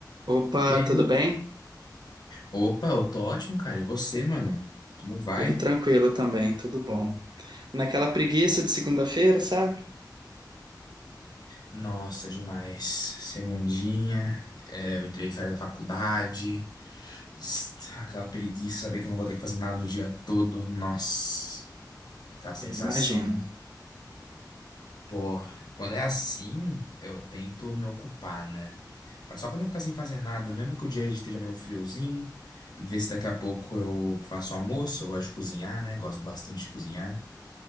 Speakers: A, on the right; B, on the left.
A: Opa,
B: E aí,
A: tudo
B: meu-
A: bem?
B: opa, eu tô ótimo, cara. E você, mano? Como vai?
A: Tudo tranquilo também, tudo bom. Naquela preguiça de segunda-feira, sabe?
B: Nossa, demais. Segundinha, é, eu entrei em férias da faculdade, s- aquela preguiça, saber que eu não vou ter que fazer nada o dia todo. Nossa, aquela
A: Eu
B: sensação.
A: imagino.
B: Pô, quando é assim, eu tento me ocupar, né? Mas Só pra não ficar sem fazer nada, mesmo que o dia esteja meio friozinho, ver se daqui a pouco eu faço almoço. Eu gosto de cozinhar, né? Gosto bastante de cozinhar.